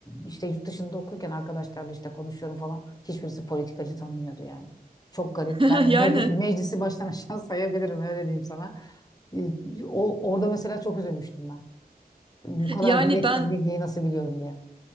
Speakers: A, on the left; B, on the right.
A: işte yurt dışında okurken arkadaşlarla işte konuşuyorum falan hiçbirisi politikacı tanımıyordu yani. Çok garip.
B: <laughs>
A: Ben
B: Yani
A: meclis, meclisi baştan <laughs> aşağı sayabilirim öyle diyeyim sana. E, O, orada mesela çok üzülmüştüm ben bu kadar
B: yani
A: gereksiz
B: ben
A: bilgiyi nasıl biliyorum diye.